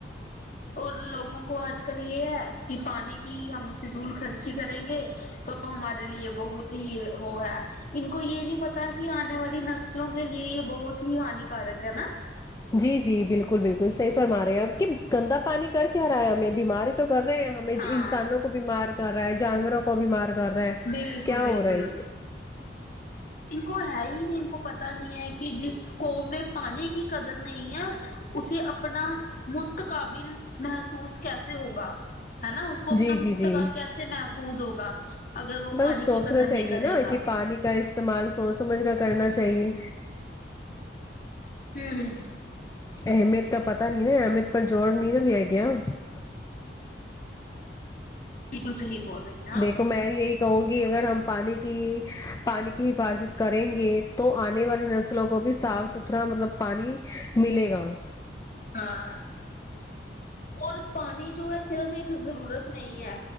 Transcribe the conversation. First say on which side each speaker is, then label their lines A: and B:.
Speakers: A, on the left (about 45°); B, on the left (about 20°).
A: اور لوگوں کو آج کل یہ ہے کہ پانی کی ہم فضول خرچی کریں گے تو ہمارے لیے بہت ہی وہ ہے ان کو یہ نہیں پتا کہ آنے والی نسلوں کے لیے یہ بہت ہی ہانیکارک ہے نا
B: جی جی بالکل بالکل صحیح فرما رہے ہیں آپ کہ گندا پانی کر کیا رہا ہے ہمیں بیماری تو کر رہے ہیں ہم میں
A: ہاں
B: انسانوں کو بیمار کر رہا ہے جانوروں کو بیمار کر رہا ہے
A: بالکل
B: کیا
A: بالکل
B: ہو رہا ہے یہ
A: ان کو ہے ہی نہیں ان کو پتا نہیں ہے کہ جس کو میں پانی کی قدر نہیں ہے اسے اپنا مستقابل محسوس کیسے ہوگا ہے نا اس کو اپنا
B: جی
A: مستقال
B: جی جی
A: کیسے محفوظ ہوگا اگر وہ
B: بس
A: پانی
B: سوچنا
A: کی قدر نہیں
B: چاہیے
A: کرے
B: نا
A: گا
B: کہ پانی کا استعمال سوچ سمجھ کا کرنا چاہیے
A: ہوں ہمم
B: اہمیت کا پتا نہیں نا احمید پر جوور <unintelligible>
A: بالکل صحیح بول رہی ہیں
B: دیکھو
A: آپ
B: میں یہی کہوں گی اگر ہم پانی کی پانی کی حفاظت کریں گے تو آنے والی نسلوں کو بھی صاف ستھرا مطلب پانی ملے گا
A: ہاں اور پانی جو ہے صرف ایک ضرورت نہیں ہے